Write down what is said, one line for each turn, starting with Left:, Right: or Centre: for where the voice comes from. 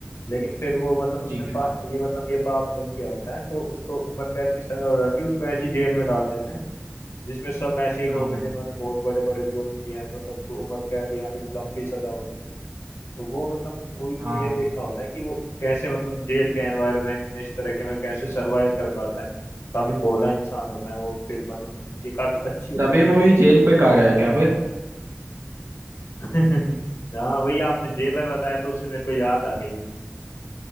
Left: लेकिन फिर वो मतलब उसने
Right: ठीक
Left: पा,
Right: है भाई
Left: ये मतलब ये पाप नहीं किया होता है तो उसको उम्र कैद की सजा हो जाती है उसको ऐसी जेल में डाल देते हैं जिसमें सब ऐसे ही लोग
Right: हाँ भाई
Left: हैं जिन्होंने बहुत बड़े बड़े जुर्म किए हैं तो सबको उम्र कैद या फिर लंबी सजा हो रखी है तो वो मतलब मूवी
Right: हाँ
Left: में ये
Right: भाई
Left: देखना होता है कि वो कैसे मतलब जेल के एनवायरनमेंट में इस तरह के में कैसे सरवाइव कर पाता है काफी भोला इंसान होता है वो फिर मतलब ये काफी अच्छी होती
Right: सभी
Left: है तो
Right: मूवी जेल पे का रहा है क्या भाई
Left: <laughs> हाँ वही आपने जेलर बताया तो उससे मेरे को याद आ गई मूवी